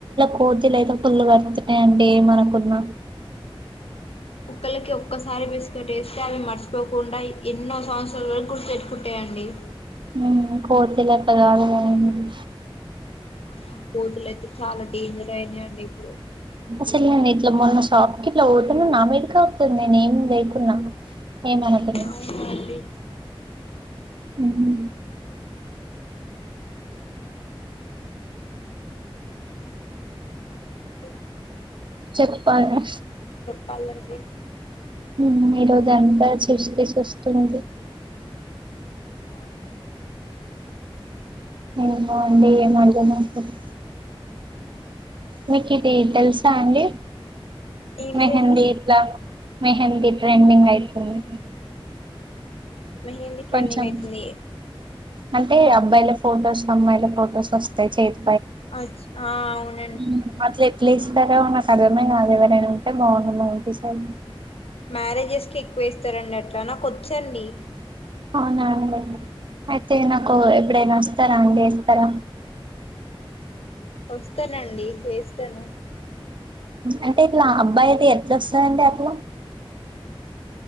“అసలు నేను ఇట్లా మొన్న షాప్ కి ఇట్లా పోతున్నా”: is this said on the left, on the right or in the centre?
Right